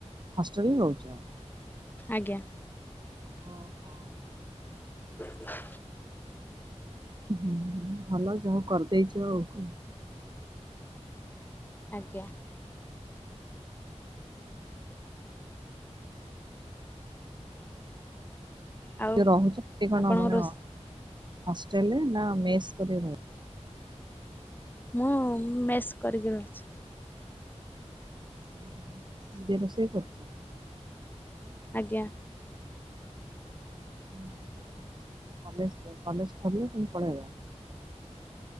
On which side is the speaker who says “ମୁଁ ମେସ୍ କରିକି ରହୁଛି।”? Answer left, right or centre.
Left